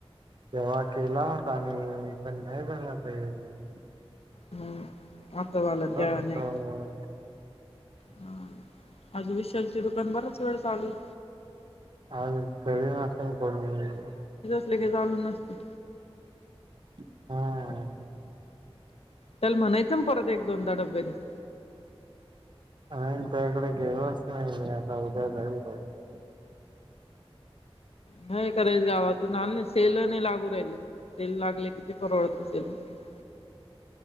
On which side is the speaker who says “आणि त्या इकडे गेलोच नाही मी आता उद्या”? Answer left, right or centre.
Right